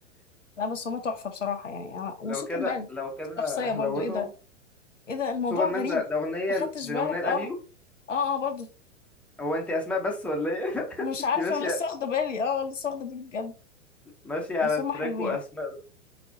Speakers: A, on the left; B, in the centre.
A: لا بس هما تحفة بصراحة يعني أنا وسوبرمان
B: لو كده لو كده
A: شخصية
B: هلودهم
A: برضو إيه ده إيه ده الموضوع
B: سوبرمان
A: غريب
B: ده ده أغنية
A: ما خدتش
B: دي
A: بالك
B: أغنية لأبيو
A: أه أه أه برضو
B: هو أنت أسماء بس ولا ايه؟ <laughs>
A: مش
B: أنت
A: عارف
B: ماشية
A: أنا لسه واخدة بالي أه لسه واخدة بالي بجد
B: ماشية على
A: بس
B: التراك
A: هما حلوين
B: وأسماء